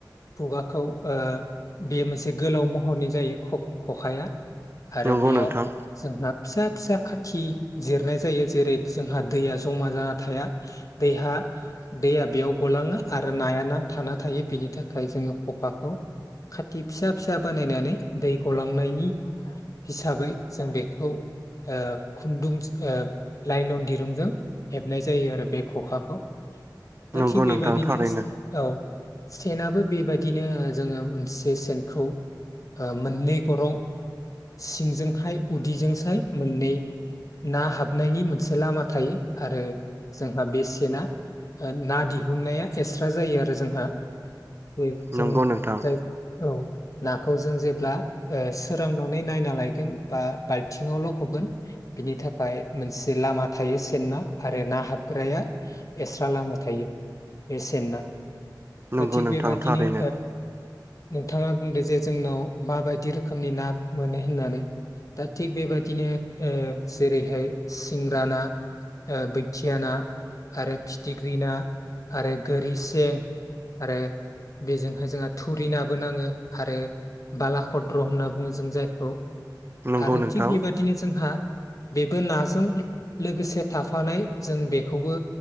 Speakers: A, on the left; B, on the right.
A: खुगाखौ ओ बे मोनसे गोलाव महरनि जायो खखाया आरो
B: नंगौ
A: बेयाव
B: नोंथां
A: जोंहा फिसा फिसा खाथि जिरनाय जायो जेरै जोंहा दैया जमा जाना थाया दैहा दैया बेयाव गलाङो आरो नाया नां थाना थायो बेनि थाखाय जोङो खखाखौ खाथि फिसा फिसा बानायनानै दै गलांनायनि हिसाबै जों बेखौ ओ खुन्दुं लाइलन दिरुंजों हेबनाय जायो आरो बे खखाखौ दा
B: नंगौ
A: थिग बेबादिनो
B: नोंथां थारैनो
A: औ। सेनाबो बेबायदिनो जोङो मोनसे सेनखौ मोननै गरं सिंजोंहाय उदैजोंसाय मोननै ना हाबनायनि मोनसे लामा थायो आरो जोंहा बे सना ना दिहुननाया एक्सट्रा जायो आरो जोंहा जयै जों
B: नंगौ नोंथां
A: जाय औ। नाखौ जों जेब्ला सोरांनां नायना लायगोन बा बाल्थिंआव लकबगोन बिनि थाखाय मोनसे लामा थायो सन्ना आरो ना हाबग्राया एक्सट्रा लामा थायो बे सेनना।
B: नंगौ
A: दा थिग
B: नोंथां
A: बेबादिनो
B: थारैनो
A: नोंथाङा बुंदो जे जोंनाव माबायदि रोखोमनि ना मोनो होननानै दा थिग बेबादिनो जेरैहाय सिंग्रा ना ओ बैथिया ना आरो फिथिख्रि ना आरो गोरि सें आरो बेजोंहाय जोंहा थुरि नाबो नाङो आरो बालाखद्र होनना बुङो जों जों जायखौ
B: नंगौ
A: आरो
B: नोंथां
A: थिग बेबादिनो जोंहा बेबो नाजों लोगोसे थाफानाय जों बेखौबो